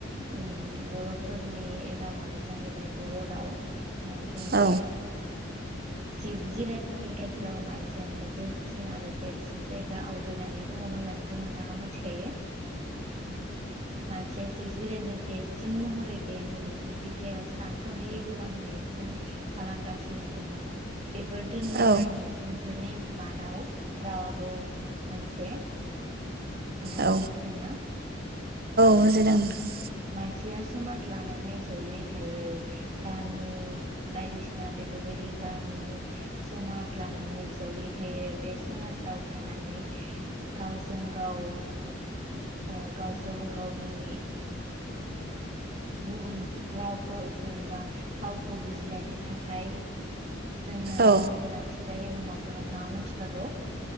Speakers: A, on the right; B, on the right.
A: उम बर'फोरनि रावानो जाहैबाय बर' राव। नानै जों मिथियो।
B: औ
A: जिब जिरातनि गेजेराव मानसियानो जौसिन आरो। देरसिन जायगा आवग्रिनानै दङ होननानैथ' नोंथाङा मिथिखायो। औ मानसिया जिब जिरातनि देरसिन महरै बे मुलुगनि बिखायाव सानथ्र'हायै गोबां नेरसोन खालामगासिनो दङ। बेफोर दोनलांनाय
B: औ
A: नेरसोन फोरनि मादाव रावाबो मोनसे। नोंथाङा
B: औ
A: बुजिदों ना?
B: बुजिदों
A: औ
B: नोंथां
A: मानसि या समाज लानानै ज'यै थायो गामि बायदिसिना बेफोरबायदि गामि समाज लानानै ज'यै थायो बे समाजाव थानानै गावजों गाव ओ गावजों गावनि नि उम रावखौ जेनेबा फावखौ बुजिलायनो थाखाय जोंनो
B: औ
A: रावनि गोनांथि जायो होनना थ नोंथाङा मोनथिखागौ